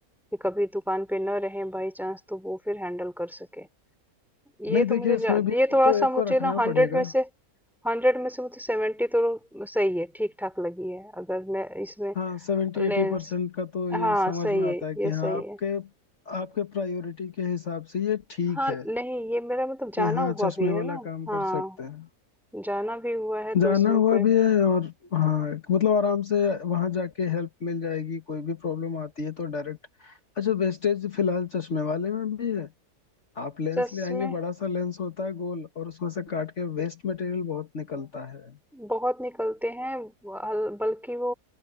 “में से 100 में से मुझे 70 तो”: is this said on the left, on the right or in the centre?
Centre